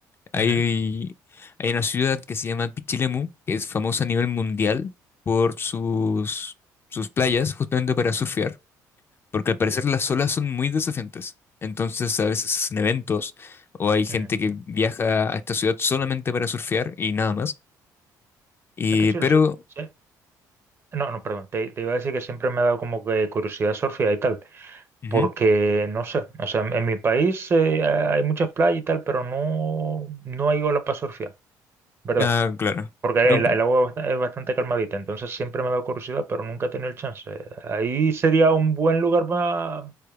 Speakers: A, on the left (about 30°); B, on the right (about 35°).
A: hay,
B: ujú,
A: hay una ciudad que se llama Pichilemu, que es famosa a nivel mundial por sus, sus playas, justamente para surfear porque al parecer las olas son muy desafiantes. Entonces a veces hacen eventos o hay gente
B: ujú.
A: que viaja a esta ciudad solamente para surfear y nada más. Y,
B: Es que chulo,
A: pero,
B: sí, sí. No, no, perdón, te, te iba a decir que siempre me ha dado como que curiosidad surfear y tal,
A: ujú.
B: porque no sé, o sea, en, en mi país eh, hay muchas playas y tal, pero no, no hay ola para surfear, ¿verdad?
A: Ah, claro.
B: Porque
A: No,
B: la-
A: p-
B: el, agua bast- es bastante calmadita, entonces siempre me da curiosidad, pero nunca he tenido el chance. Ahí sería un buen lugar para